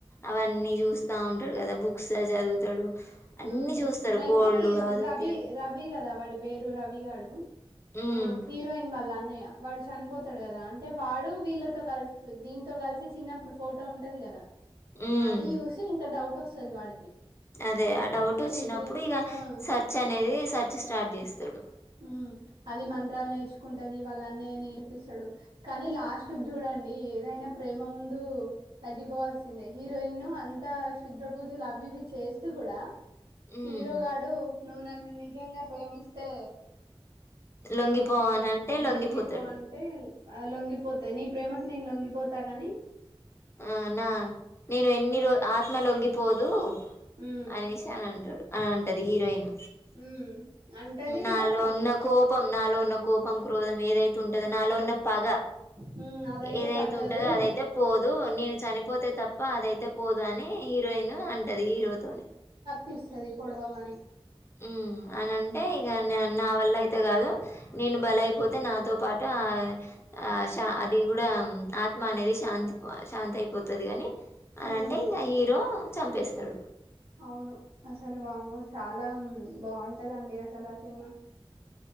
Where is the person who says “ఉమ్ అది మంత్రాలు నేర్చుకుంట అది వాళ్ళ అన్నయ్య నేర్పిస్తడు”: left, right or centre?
Right